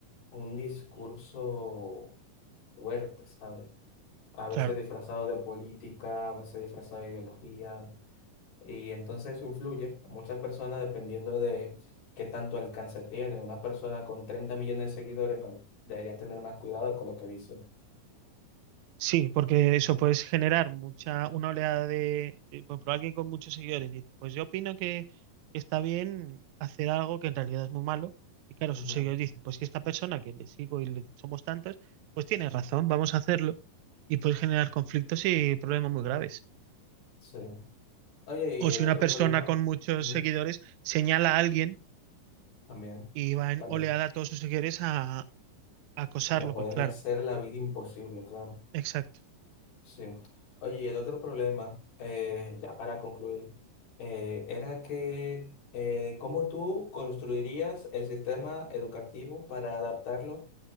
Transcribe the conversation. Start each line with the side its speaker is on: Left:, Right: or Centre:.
Left: un discurso fuertes, ¿sabes? A veces
Right: Claro.
Left: disfrazado de política, a veces disfrazado de ideología, y entonces eso influye a muchas personas dependiendo de qué tanto alcance tiene. Una persona con 30 millones de seguidores no- debería tener más cuidado con lo que dice.
Right: Sí, porque eso puedes generar mucha, una oleada de, de- por ejemplo, alguien con muchos seguidores dice, pues yo opino que está bien hacer algo que en realidad es muy malo. Y claro,
Left: Ujú,
Right: sus seguidores dicen, pues que esta persona que le sigo y le- somos tantos, pues tiene razón, vamos a hacerlo. Y puedes generar conflictos y problemas muy graves.
Left: Sí. Oye, y
Right: O
Left: el
Right: si
Left: otro
Right: una persona
Left: problema,
Right: con muchos
Left: ujú,
Right: seguidores señala a alguien
Left: también,
Right: y va en
Left: también,
Right: oleada a todos sus seguidores a, a acosarlo,
Left: lo pueden
Right: pues claro,
Left: hacer la vida imposible, claro.
Right: exacto.
Left: Sí. Oye, y el otro problema, eh, ya para concluir, eh, era que eh, cómo tú construirías el sistema educativo para adaptarlo